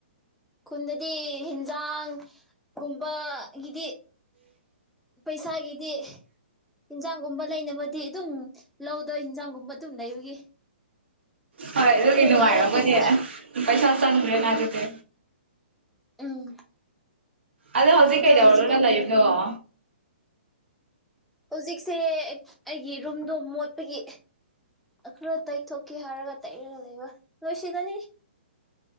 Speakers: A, in the centre; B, on the right.
A: ꯈꯨꯟꯗꯗꯤ ꯍꯟꯖꯥꯡ ꯒꯨꯝꯕ ꯍꯤꯗꯤ ꯄꯩꯁꯥꯒꯤꯗꯤ ꯏꯟꯖꯥꯡꯒꯨꯝꯕ ꯂꯩꯅꯕꯗꯤ ꯑꯗꯨꯝ ꯂꯧꯗ ꯍꯟꯖꯥꯡꯒꯨꯝꯕ ꯑꯗꯨꯝ ꯂꯩꯕꯒꯤ
B: ꯍꯣꯏ ꯑꯗꯨꯒꯤ
A: ꯅꯨꯡꯉꯥꯏꯌꯦ
B: ꯅꯨꯪꯉꯥꯏ ꯔꯝꯒꯅꯤ
A: ꯑꯗꯨꯕꯨ
B: ꯄꯩꯁꯥ ꯆꯪꯅ꯭ꯔꯦ
A: ꯎꯝ
B: ꯅ ꯑꯗꯨꯗꯤ꯫
A: ꯎꯝ꯫
B: ꯑꯗꯣ ꯍꯧꯖꯤꯛ
A: ꯂꯧꯗ
B: ꯀꯩꯗꯔꯒ
A: ꯍꯧꯖꯤꯛꯀꯥꯟꯗꯤ
B: ꯂꯩꯕꯅ?
A: ꯍꯧꯖꯤꯛꯁꯦ ꯑꯩꯒꯤ ꯔꯨꯝ ꯑꯗꯨ ꯃꯣꯠꯄꯥꯒꯤ ꯈꯔ ꯇꯩꯊꯣꯛꯀꯦ ꯍꯥꯏꯔꯒ ꯇꯩꯔꯒ ꯂꯩꯕ ꯂꯣꯏꯁꯤꯜꯂꯅꯤ꯫